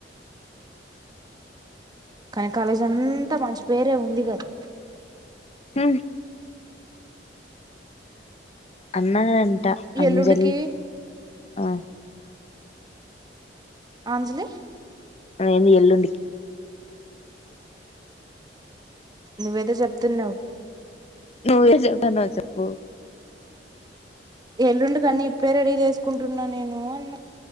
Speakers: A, on the right; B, on the left.
A: కానీ కాలేజ్ అంతా మంచి పేరే ఉంది కదా
B: హ అన్నా అ అంజలి
A: ఎల్లుండికి
B: ఆ
A: అంజలి
B: అ ఎంది ఎల్లుండ
A: నువ్వేదో చెప్తున్నావు
B: నువ్వే చెప్తన్నావ్ చెప్పు
A: ఎల్లుండుకన్నీ ఇప్పుడే రెడీ చేసుకుంటున్నా నేను అన్న